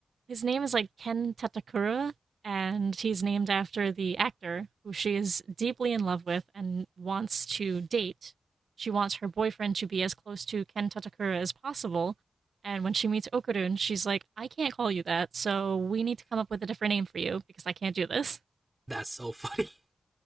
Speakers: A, on the right (about 80°); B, on the right (about 25°).
A: his name is like Ken Tatakura, and he's named after the actor who she is deeply in love with and wants to date. She wants her boyfriend to be as close to Ken Tatakura as possible. And when she meets Okurun, she's like, I can't call you that, so we need to come up with a different name for you because I can't do this.
B: That's so funny.